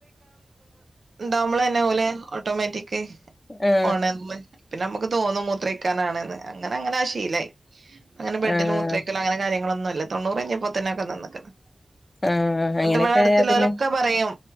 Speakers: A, on the right; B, on the left.
A: ണ്ടാവമ്പളന്നേ, ഓല് ഓട്ടോമാറ്റിക്
B: ആഹ്
A: ഓണറ്ന്ന്. പിന്നെ, നമ്മക്ക് തോന്നും മൂത്രൊ യി ക്കാനാണ്ന്ന്. അങ്ങനെ ങ്ങനെ ആഹ് ശീലായി. പ്പ അങ്ങനെ ബെഡിൽ
B: ആഹ്
A: മൂത്ര ഒഴിക്കല് പ്പങ്ങനെ കാര്യങ്ങളൊന്നുംല്ല തൊണ്ണൂറഴ്ഞ്ഞപ്പോെത്ത ന്നതൊക്കെ നിന്ന്ക്ക്ണ്
B: ആഹ്
A: ന്ന്ട്ട്
B: അങ്ങനെയൊക്കെ
A: ബടെ അടുത്തുള്ളോലെക്കെ
B: ആയാ പിന്നെ
A: പറയും